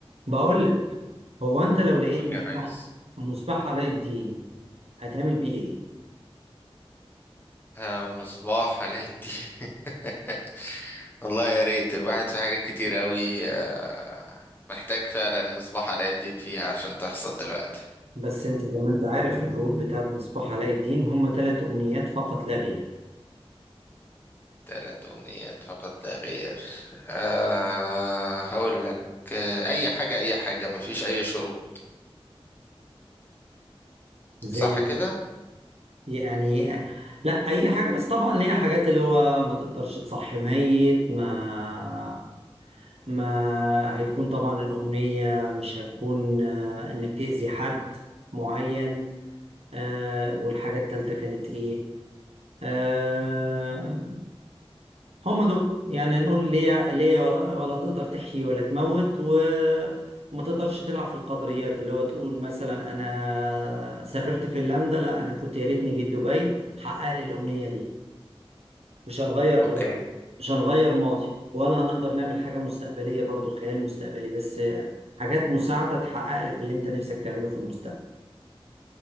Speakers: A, on the right; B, on the left.
A: بقول لك هو انت لو لقيت
B: قول يا
A: مصباح
B: ريس
A: مصباح علاء الدين هتعمل بيه ايه
B: آه، مصباح علاء الدين <laughs> والله يا ريت الواحد في حاجات كتير قوي آه، محتاج فعلا مصباح علاء الدين فيها عشان تحصل دلوقتي
A: بس انت زي ما انت عارف الرول بتاعت مصباح علاء الدين هم ثلاث امنيات فقط لا غير
B: ثلاث أمنيات فقط لا غير أه هقول لك آه، أي حاجة أي حاجة مفيش أي شروط
A: زي
B: صح كده؟
A: يعني لا اي حاجه بس طبعا ليها حاجات اللي هو ما تقدرش تصحي ميت ما ما هيكون طبعا الامنيه مش هتكون آه، انك تاذي حد معين آه، والحاجه الثالثه كانت ايه آه هم دول يعني نقول ليه ليه ولا, ولا تقدر تحيي ولا تموت و- وما تقدرش تلعب في القدريات اللي هو تقول مثلا انا سافرت فنلندا لا انا كنت يا ريتني جيت دبي حقق لي الامنيه دي مش هنغير
B: أوكي
A: مش هنغير ماضي ولا هنقدر نعمل حاجه مستقبليه برضو خيال مستقبلي بس حاجات مساعده تحقق لك اللي انت نفسك تعمله في المستقبل